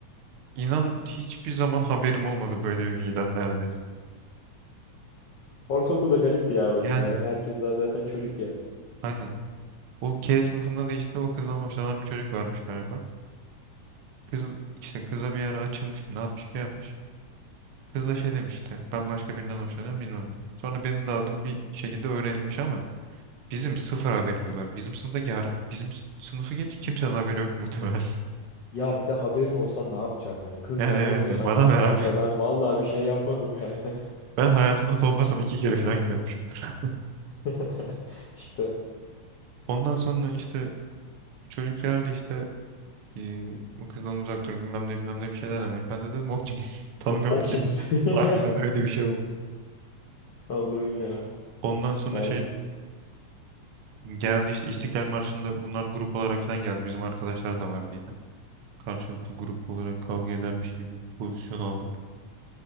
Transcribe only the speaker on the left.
Ortaokulda garipti ya o işler.
Hani herkes daha zaten çocuk ya.
Ya bir de haberin olsa ne yapacaksın? Hani
kız
benden
hoşlanmış
kanka
ben vallahi bir şey yapmadım yani.
<laughs> İşte
o
kim? <laughs>
Allah'ım ya.
Yani